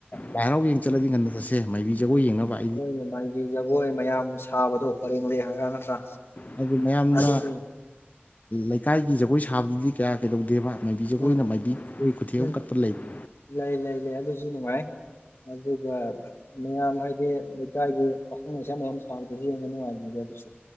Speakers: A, on the left (about 40°); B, on the left (about 85°).
A: ꯂꯥꯏ ꯍꯔꯥꯎꯕ ꯌꯦꯡ ꯆꯠꯂꯗꯤ ꯉꯟꯅꯗꯁꯦ ꯃꯥꯏꯕꯤ ꯖꯒꯣꯏ ꯌꯦꯡꯅꯕ ꯍꯥꯏ
B: ꯅꯣꯏꯅꯦ ꯃꯥꯒꯤ ꯖꯒꯣꯏ ꯃꯌꯥꯝ ꯁꯥꯕꯗꯣ ꯄꯔꯦꯡ ꯂꯔꯦꯡꯉꯒ ꯅꯠꯇ꯭ꯔꯥ
A: ꯍꯥꯏ ꯃꯌꯥꯝꯅ
B: ꯑꯗꯨꯅꯤ
A: ꯂꯩꯀꯥꯏꯒꯤ ꯖꯒꯣꯏ ꯁꯥꯕꯗꯨꯗꯤ ꯀꯌꯥ ꯀꯩꯗꯧꯗꯦꯕ ꯃꯥꯏꯕꯤ ꯖꯒꯣꯏꯅ
B: ꯎꯝ
A: ꯃꯥꯏꯕꯤꯣꯏ ꯈꯨꯊꯦꯛ
B: ꯎꯝ
A: ꯑꯃ ꯀꯠꯄ ꯂꯩꯇ
B: ꯂꯩ ꯂꯩ ꯂꯩ ꯑꯗꯨꯁꯨ ꯅꯨꯡꯉꯥꯏ ꯑꯗꯨꯒ ꯃꯌꯥꯝ ꯍꯥꯏꯗꯤ ꯂꯩꯀꯥꯢꯒꯤ ꯄꯥꯈꯪ ꯂꯩꯁꯥ ꯃꯌꯥꯝ ꯁꯥꯕꯗꯁꯨ ꯌꯦꯡꯕ ꯅꯨꯡꯉꯥꯏꯕꯅꯤꯕ ꯑꯗꯨꯁꯨ